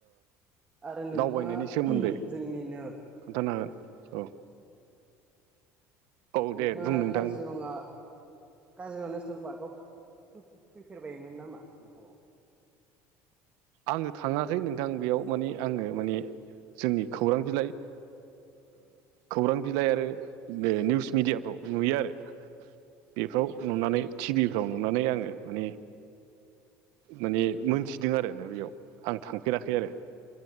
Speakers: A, on the right; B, on the right.
A: आरो नोंथाङा
B: दावबायनायनि सोमोन्दै
A: जोंनिनो
B: खोन्थानो हागोन
A: औ
B: औ औ दे
A: नोंथाङा
B: बुं नोंथां
A: काजिरङा काजिरङा नेसनेल पार्कआव फैफेरबायोन नामा नोंथाङा
B: आङो थाङाखै नोंथां बेयाव माने आङो माने जोंनि खौरां बिलाइ खौरां बिलाइ आरो निउस मिडियाफ्राव नुयो आरो बेफ्राव नुनानै टिभिफ्राव नुनानै आङो माने माने मोनथिदों आरो ना बेयाव आं थांफेराखै आरो